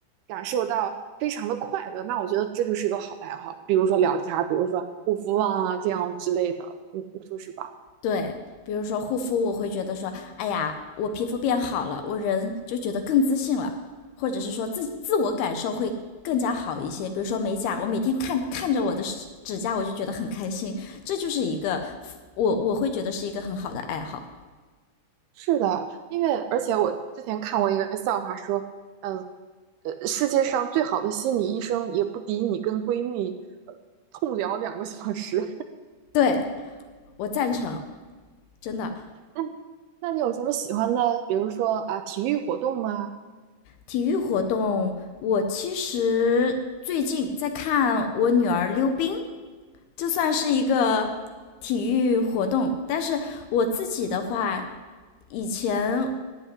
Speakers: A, on the right; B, on the left.
A: 感受到非常的快乐，那我觉得这就是一个好爱好。比如说聊天比如说护肤啊这样之类的，你你说是吧？
B: 对，比如说护肤，我会觉得说，哎呀，我皮肤变好了，我人就觉得更自信了，或者是说自自我感受会更加好一些。比如说美甲，我每天看看着我的指甲，我就觉得很开心，这就是一个我我会觉得是一个很好的爱好。
A: 是的，因为而且我之前看过一个笑话说，嗯，呃，世界上最好的心理医生也不敌你跟闺蜜呃痛聊两个小时。
B: 对我赞成，真的。
A: <laughs> 那那你有什么喜欢的？比如说啊，体育活动吗？
B: 体育活动，我其实最近在看我女儿溜冰，这算是一个体育活动。但是我自己的话，以前